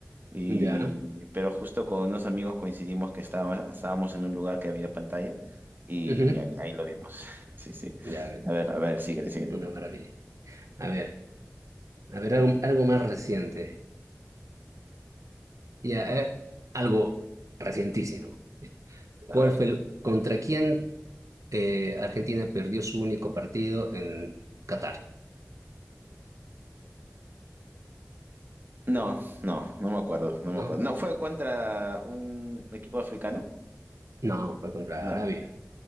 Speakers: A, on the right; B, on the right.
A: y,
B: ya,
A: pero justo con unos amigos coincidimos que estábamos, estábamos en un lugar que había pantalla y
B: ujú,
A: ahí, ahí lo vimos. <laughs> Sí, sí.
B: Ya,
A: A ver, a ver, síguele, síguele.
B: una maravilla. A ver, a ver, algo, algo más reciente. Ya, eh, algo recientísimo. Ya. ¿Cuál
A: A ver.
B: fue el- contra quién eh, Argentina perdió su único partido en Qatar?
A: No, no, no me acuerdo, no me
B: ¿No?
A: acuerdo. ¿No fue contra un equipo africano?
B: No, fue contra
A: No.
B: Arabia.